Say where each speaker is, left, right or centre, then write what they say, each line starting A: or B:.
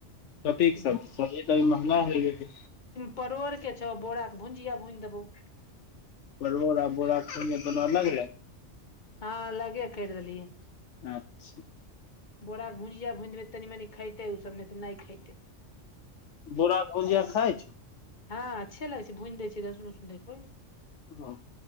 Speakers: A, on the left; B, on the left.
A: कतीक
B: इहे
A: सब्जी - सब्जी त अभी महँंगा होइ गेली,
B: परोर के छौ, बोराके भुजिया भुन देबौ।
A: परौर और बोरा के भुजिया दुोनो अलग भेलै।
B: ह अलगे कैर दलिये।
A: अच्छा
B: बोरा भुजिया भुजबै तनि मनि खेतै ओसभ नई तऽ नई खेतै।
A: बोरा भुजिया खाइ छौ।
B: हँ अच्छे लागै छै, भुंज दै छै, देख सुन - सुन देखइ
A: ह